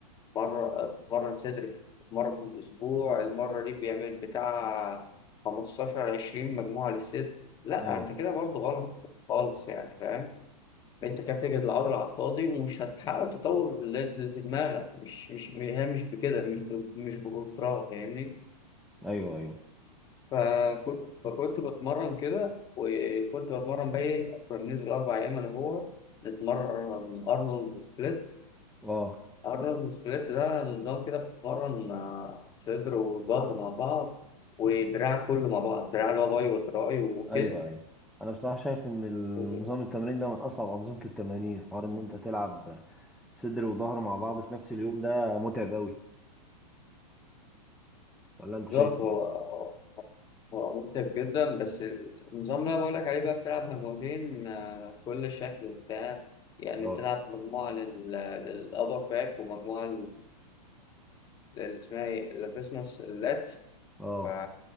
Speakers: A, on the left (about 20°); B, in the centre.
A: مره تتمرن صدر في- مره في الاسبوع المره دي بيعمل بتاع 15 20 مجموعه للصدر لا
B: اه
A: انت كده برضه غلط خالص يعني فاهم انت كده بتجهد العضله على الفاضي ومش هتحقق التطور اللي اللي في دماغك مش مش هي مش بكده مش ب- مش بكترها فاهمني
B: ايوه ايوه
A: فكنت فكنت بتمرن كده وكنت بتمرن بقى ايه كنا بننزل أربع أيام أنا وهو نتمرن أرنولد سبليت
B: اه
A: أرنولد سبليت ده نظام كده بتتمرن آه، صدر وظهر مع بعض ودراع كله مع بعض دراع اللي هو باي وتراي وكتف
B: ايوه ايوه انا بصراحة شايف ان ال-
A: وزد
B: نظام التمرين ده من اصعب أنظمة التمارين حوار ان انت تلعب صدر وظهر مع بعض في نفس اليوم ده متعب اوي ولا انت شايف
A: بالظبط هو
B: ايه؟
A: هو هو متعب جدا بس النظام اللي أنا بقول لك عليه بقى بتلعب مجموعتين آه، كل شكل وبتاع يعني
B: اه
A: بتلعب مجموعة لل- للأبر باك ومجموعة اللي اسمها ايه لاتسموس اللاتس
B: اه
A: ف...